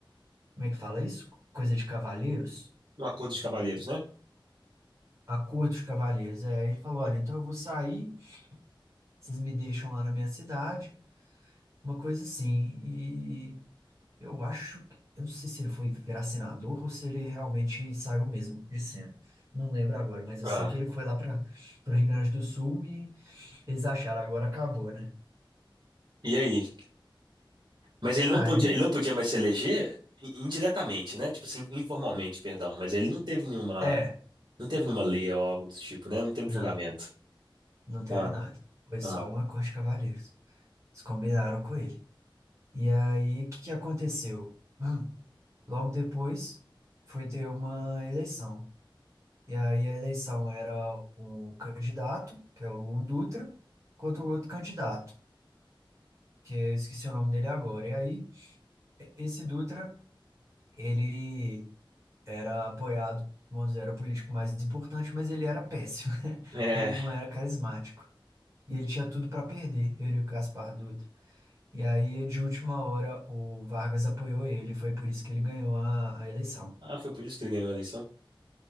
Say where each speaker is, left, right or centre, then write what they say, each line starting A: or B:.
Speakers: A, on the right; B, on the right.
A: como é que fala isso? Coisa de cavalheiros,
B: um acordo de
A: um
B: cavalheiros, né?
A: acordo de cavalheiros. É, ele falou, olha, então eu vou sair, vocês me deixam lá na minha cidade, uma coisa assim. Eu acho que. Eu não sei se ele foi virar senador ou se ele realmente saiu mesmo de cena. Não lembro agora, mas eu
B: Ah,
A: sei que ele foi lá para o Rio Grande do Sul e eles acharam agora acabou, né?
B: e aí? Mas ele
A: Aí,
B: não podia, ele não podia mais se eleger i- indiretamente, né? Tipo assim, informalmente, perdão. Mas ele não teve nenhuma
A: é,
B: Não teve nenhuma lei ou algo do tipo, né? Não teve
A: não,
B: julgamento.
A: não teve
B: Ah,
A: nada. Foi
B: ah.
A: só um
B: <laughs>
A: acorde de cavalheiros. Eles combinaram com ele. E aí, o que que aconteceu? Hum, Logo depois, foi ter uma eleição. E aí, a eleição era o candidato, que era o Dutra, contra o outro candidato. que eu esqueci o nome dele agora. E aí, e- esse Dutra, ele era apoiado, vamos dizer, era o político mais importante, mas ele era péssimo. <laughs>
B: É.
A: Ele não era carismático. E ele tinha tudo para perder, ele e o Gaspar Dutra. E aí, de última hora, o Vargas apoiou ele, foi por isso que ele ganhou a, a eleição,
B: Ah, foi por isso que ele ganhou a eleição?